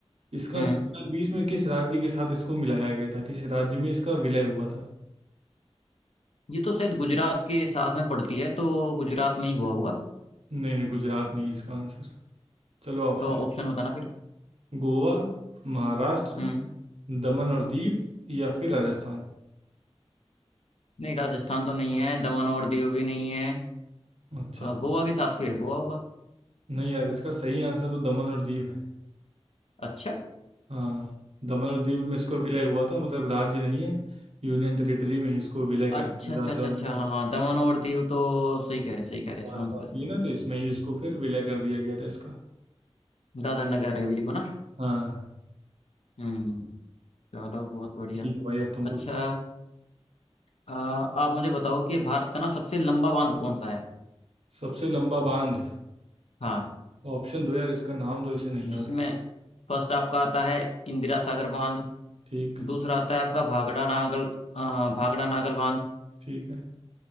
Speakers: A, on the right; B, on the left.
A: इसका
B: हम्म
A: 2020 में किस राज्य के साथ इसको मिलाया गया था किस राज्य में इसका विलय हुआ था
B: ये तो शायद गुजरात के साथ में पड़ती है तो गुजरात में ही हुआ होगा
A: नहीं नहीं गुजरात नहीं है इसका आंसर चलो ऑप्शन
B: तो
A: देता
B: ऑप्शन
A: हूँ
B: बताना फिर
A: गोवा महाराष्ट्र
B: हम्म
A: दमन और दीव या फिर राजस्थान
B: नहीं राजस्थान तो नहीं है दमन और दीव भी नहीं है
A: अच्छा
B: अ, गोवा के साथ फिर हुआ होगा
A: नहीं यार इसका सही आंसर तो दमन और दीव है
B: अच्छा
A: हाँ दमन और दीव में इसको विलय हुआ था मतलब राज्य नहीं है यूनियन टेरिटरी में ही इसको विलय कर
B: अच्छा
A: दिया
B: अच्छा
A: दादरा
B: अच्छा
A: और नगर
B: अच्छा हाँ दमन और दीव तो सही कह रहे सही कह रहे
A: पास
B: समझ
A: पास
B: गया समझ
A: ही है ना
B: गया
A: तो इसमें ही इसको फिर विलय कर दिया गया था इसका
B: दादर नगर हवेली को ना
A: हाँ
B: हम्म चलो बहुत बढ़िया
A: ठीक है भाई अब तुम पूछो
B: अच्छा अ, आप मुझे बताओ कि भारत का ना सबसे लंबा बांध कौन सा है
A: सबसे लंबा बांध
B: हाँ
A: ऑप्शन दो यार इसका नाम तो इसे नहीं याद
B: जिसमें
A: है
B: फर्स्ट आपका आता है इंदिरा सागर बांध
A: ठीक
B: दूसरा आता है आपका भागड़ा नागल अ, भागड़ा नागल बांध
A: ठीक है